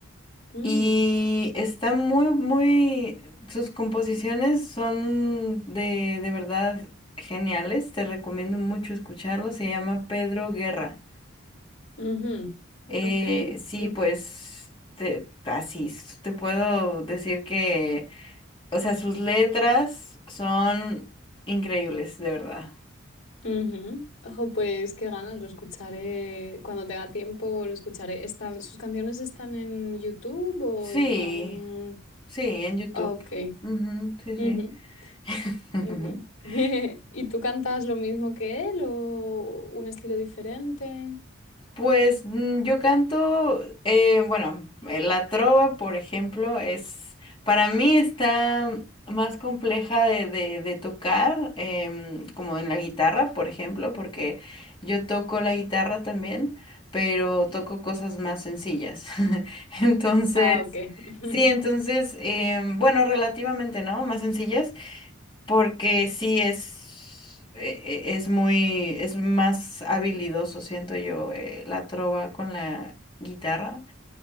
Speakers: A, on the left; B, on the left.
A: mm,
B: Y está muy, muy, sus composiciones son de, de verdad geniales. Te recomiendo mucho escucharlo. Se llama Pedro Guerra.
A: ujú,
B: Eh,
A: Ok.
B: sí,
A: mm,
B: pues te- así s- te puedo decir que o sea, sus letras son increíbles, de verdad.
A: Ujú. Ojo, pues qué ganas, lo escucharé cuando tenga tiempo, lo escucharé. ¿Están, sus canciones están en YouTube o
B: Sí,
A: en algún...
B: sí, en YouTube.
A: Ah, Ok.
B: Ujú, sí, sí.
A: Ujú,
B: <laughs>
A: ujú. <laughs> ¿Y tú cantas lo mismo que él o un estilo diferente?
B: Pues mm, yo canto, eh, bueno, eh, la trova, por ejemplo, es, para mí está más compleja de, de- de tocar, em, como en la guitarra, por ejemplo, porque yo toco la guitarra también, pero toco cosas más sencillas. <laughs> Entonces...
A: Ah, ok. <laughs>
B: Sí, entonces, em, bueno, relativamente, ¿no? Más sencillas, porque sí es, e- e- es muy, es más habilidoso, siento yo, eh, la trova con la guitarra.